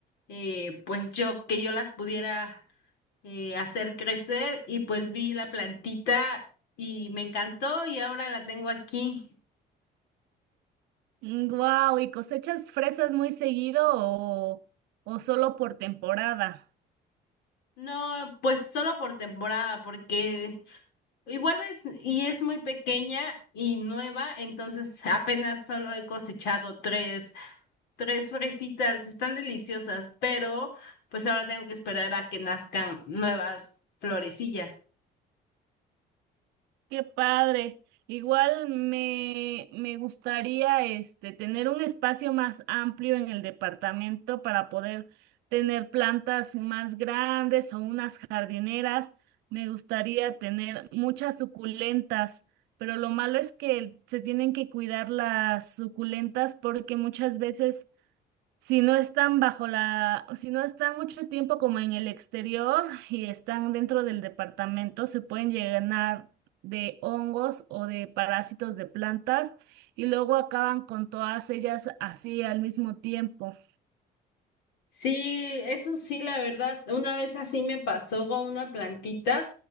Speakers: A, on the left; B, on the right.
A: eh, pues yo que yo las pudiera eh, hacer crecer y pues vi la plantita y me encantó y ahora la tengo aquí.
B: Wow, ¿y cosechas fresas muy seguido o, o solo por temporada?
A: No, pues solo por temporada, porque Igual es, y es muy pequeña y nueva, entonces <laughs> apenas solo he cosechado tres, tres fresitas, están deliciosas, pero pues ahora tengo que esperar a que nazcan nuevas florecillas.
B: Qué padre. Igual me, me gustaría este tener un espacio más amplio en el departamento para poder tener plantas más grandes o unas jardineras. Me gustaría tener muchas suculentas, pero lo malo es que se tienen que cuidar las suculentas porque muchas veces Si no están bajo la, si no están mucho tiempo como en el exterior y están dentro del departamento, se pueden llenar de hongos o de parásitos de plantas y luego acaban con todas ellas así al mismo tiempo.
A: Sí, eso sí, la verdad, una vez así me pasó con una plantita,